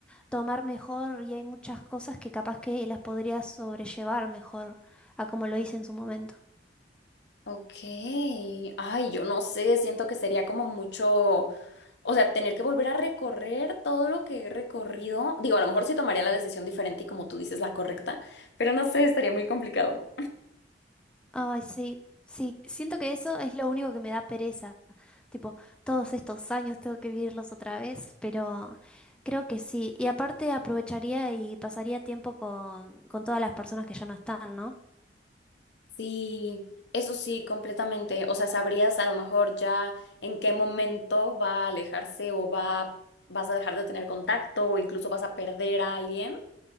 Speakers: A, in the centre; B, on the left.
A: tomar mejor y hay muchas cosas que capaz que las podría sobrellevar mejor a como lo hice en su momento.
B: Ok, ay, yo no sé, siento que sería como mucho. O sea, tener que volver a recorrer todo lo que he recorrido. Digo, a lo mejor sí tomaría la decisión diferente y como tú dices, la correcta, pero no sé, estaría muy complicado.
A: Ay, sí, sí, siento que eso es lo único que me da pereza. Tipo, todos estos años tengo que vivirlos otra vez, pero creo que sí. Y aparte aprovecharía y pasaría tiempo con, con todas las personas que ya no están, ¿no?
B: Sí, eso sí, completamente. O sea, sabrías a lo mejor ya en qué momento va a alejarse o va, vas a dejar de tener contacto o incluso vas a perder a alguien